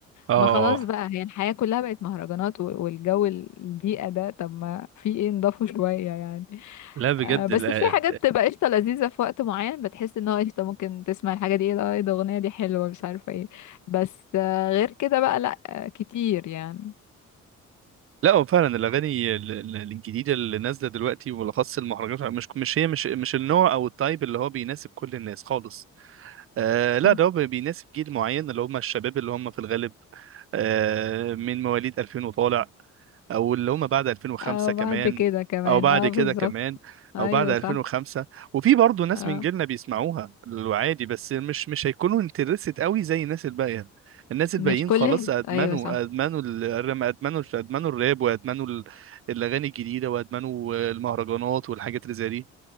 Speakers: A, on the right; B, on the left.
A: اه
B: ما خلاص بقى هي الحياة كلها بقت مهرجانات و- والجو ال- البيئة ده طب ما في ايه نضافه شوية يعني
A: لا بجد
B: آه بس
A: لا,
B: في حاجات بتبقى قشطة لذيذة في وقت معين بتحس ان هو قشطة ممكن تسمع الحاجة دي ايه ده ايه ده اغنية دي حلوة مش عارفة ايه بس آه غير كده بقى لا آه كتير يعني
A: لا هو فعلا الاغاني ال- ال- الجديدة اللي نازلة دلوقتي وبالاخص المهرجانات مش مش هي مش مش النوع او التايب اللي هو بيناسب كل الناس خالص آه
B: صح
A: لا ده هو بيناسب جيل معين اللي هم الشباب اللي هم في الغالب آه من مواليد 2000 وطالع او اللي هم بعد 2005
B: اه
A: كمان
B: بعد كده كمان
A: او بعد
B: اه
A: كده
B: بالظبط
A: كمان
B: ايوه
A: او بعد 2005
B: صح
A: وفي برضه ناس
B: اه
A: من جيلنا بيسمعوها عادي بس مش مش هيكونوا انترست قوي زي الناس الباقيه الناس الباقيين
B: مش كل
A: خلاص ادمنوا
B: ايوه صح
A: ادمنوا ال- الرم ادمنوا ادمنوا الراب وادمنوا ال- الاغاني الجديده وادمنوا المهرجانات والحاجات اللي زي دي